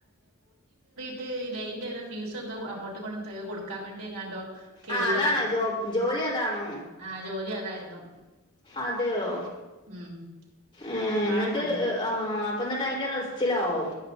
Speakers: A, on the right; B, on the left.
A: ് ലൈൻന്റെറ താ ഫീസ എന്തോ അങ്ങോട്ടും കൊും കൊടുക്കാൻ വേണ്ടി എങ്ങാണ്ടോ കേറിയതായിരുന്നു
B: ആഹ അതാണോ ജോ ജോലി അതാണോ
A: ആഹ് ജോലി അതായിരുന്നു
B: അതെയോ
A: ഉം
B: ഏ
A: അപ്പം
B: എന്നിട്ട്
A: അങ്ങനെ
B: ആ അ എന്നിട്ട് അതിന്റെ റെസ്റ്റിലാാവും